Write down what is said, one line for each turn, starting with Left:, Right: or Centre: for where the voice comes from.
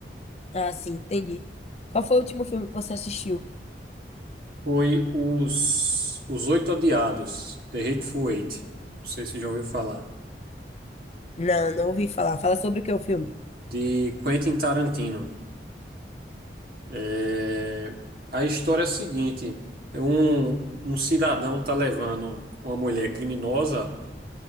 Left: Ah, sim, entendi. Qual foi o último filme que você assistiu?
Right: Foi os, os Oito Odiados, The Hateful Eight. Não sei se já ouviu falar.
Left: Não, não ouvi falar. Fala sobre o que é o filme.
Right: De Quentin Tarantino. É, A história é a seguinte: é um, um cidadão tá levando uma mulher criminosa